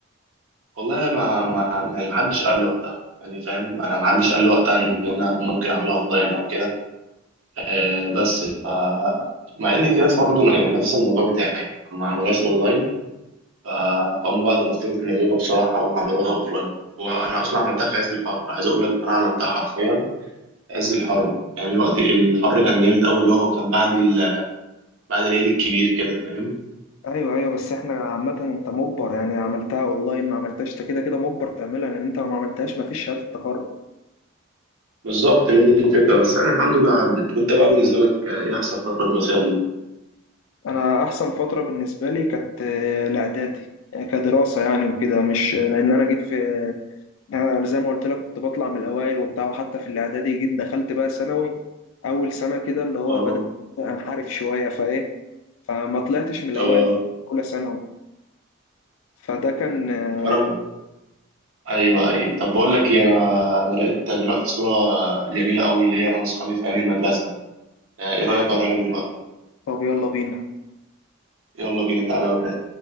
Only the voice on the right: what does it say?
والله ما ما يعني ما حدش قال لي وقتها يعني فاهم أنا ما حدش قال لي وقتها إن أنا ممكن أعملها أونلاين أو كده آه بس ف مع ان في ناس برضه يعني نفس الموضوع بتاعي ما عملوهاش اونلاين ف- فهم بقى اتغفلوا في الموضوع ده بصراحه وعملوها اوفلاين وانا اصلا عملتها في عز الحر عايز اقول لك إن انا عملتها حرفيا في عز الحر يعني الوقت الحر كان جامد قوي اللي هو كان بعد ال... بعد العيد الكبير كده فاهم
بالظبط هي دي الفكره بس يعني الحمد لله عدت وانت بقى بالنسبه لك آه، ايه احسن فتره دراسيه ليك
اه
اه
طب انا ايوه ايوه طب بقول لك ايه انا انا لقيت دلوقتي صوره جميله قوي ليا انا واصحابي في ايام المدرسه آه، ايه رايك اوريها لك دلوقتي
يلا بينا تعالى اوريها